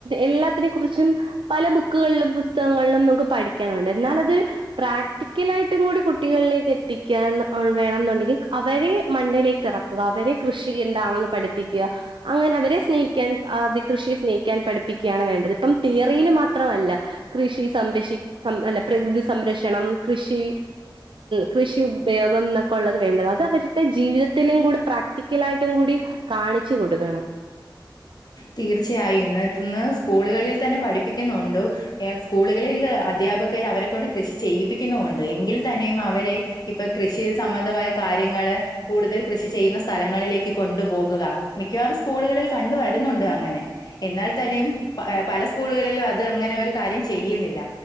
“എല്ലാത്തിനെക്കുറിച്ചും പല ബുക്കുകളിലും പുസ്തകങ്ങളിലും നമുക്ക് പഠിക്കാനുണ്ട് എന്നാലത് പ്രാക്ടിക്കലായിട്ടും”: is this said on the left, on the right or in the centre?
Right